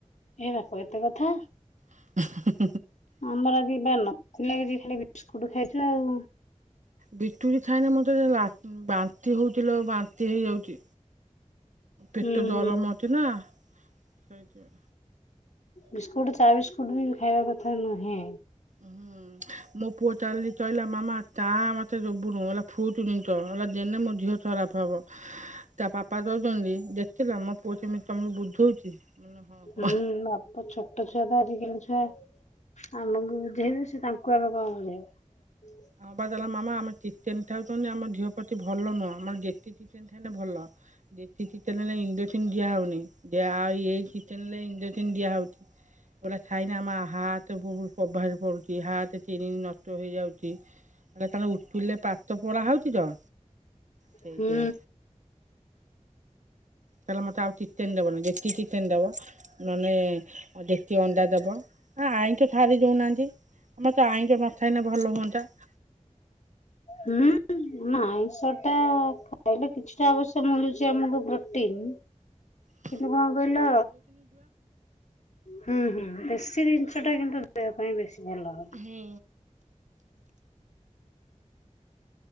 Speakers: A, on the left (about 65°); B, on the right (about 75°).
A: ଏ ବାପ ଏତେ କଥା।
B: ହ <inaudible>
A: ଆମର ଆଜି ପା ନଥିଲା କିଛି ଖାଲି ବିସ୍କୁଟ ଖାଇଛୁ ଆଉ।
B: ବିତୁଟ୍ ଖାଇନେ ମତେ ବାନ୍ତି ହଉଥିଲା ବାନ୍ତି ହେଇଯାଉଛି। ପେଟ
A: ହୁଁ
B: ଗରମ
A: ହୁଁ
B: ଅଛି ନା ସେଇଥି
A: ବିସ୍କୁଟ ଚା ବିସ୍କୁଟ ବି ଖାଇବା କଥା ନୁହେଁ।
B: ହୁଁ ମୋ ପୁଅ ଚାଲି ଚହିଲା ମାମା ଚା ମତେ ଦୋବୁନୁ ହେଲା ଫୁଲ୍ ଜିନିଶ ହେରା ଦେନେ ମୋ ଦିହ ଥର୍ ଖରାପ ହବ ତା ବାପା ତୋଉଛନ୍ତି ଦେଖିଲ ମୋ ପୁଅ କେମିତି ତମକୁ ବୁଝଉଛି। କହିଲି ହଁ ହଁ
A: ହୁଁ ବାପ ଛୋଟ ଛୁ ଛୁଆ ତ ଆଜିକାଲି ଛୁଆ ଆମକୁ ବୁଝେଇବେ ସେ ତାଙ୍କୁ ଆମେ କଣ ବୁଝେଇବା
B: ଆଉ ବାଲା ମାମା ଆମେ ଚିଚେନ ଥାଉଛନ୍ତି ଆମ ଝିଅ ପ୍ରତି ଭଲ ନୁହଁ ଆମର ଯେତିି ଚିେନ ାଇଲେ ଭଲ ଦେଶୀ ଚେନ ହେଲେ ଇଣ୍ଡନ ଦିଆ ହଉନି ଆଉ ଚେନଲେ ଇନ ଦିଆ ହଉଛି ଏଗା ାଇନା ଆମ ହାତ ପ୍ରଭସ ପଡୁଛି ହାତ ଚନି ନଷ୍ଟ ହେଇଯାଉଛି ତାଙ୍କ ଉୁଲିଲେ ପାାତ ପୋଳା ହଉଛି ତ ସେଇଥିପାଇଁ।
A: ହୁଁ
B: ତାହେଲେ ମତେ ଆଉ ଚତେନ ଦବନ ଯେତିକି ଚେନ ଦବ ମାନେ ଯେତିକି ଅଣ୍ଡା ଦବ ଆ ଆଇଁ ତ ଛାରି ଦଉନାହାନ୍ତି ଆମର ତ ଆଇଁ ତ ମଥା ହେଇନ ଭଲ ହୁଅନ୍ତା <inaudible>
A: ହୁଁ ନା ଆଇଁଷ ଟା ଖାଇଲେ କିଛିଟା ଆବଶ୍ୟକ ମିଳୁଛି ଆମକୁ ପ୍ରୋଟିନ
B: ହୁଁ
A: କିନ୍ତୁ କଣ କହିଲ ହୁଁ ହୁଁ ବେଶୀ ଜିନିଷ ଟା କିନ୍ତୁ ଦେହ ପାଇଁ ବେଶୀ ଭଲ ହବ।
B: ହୁଁ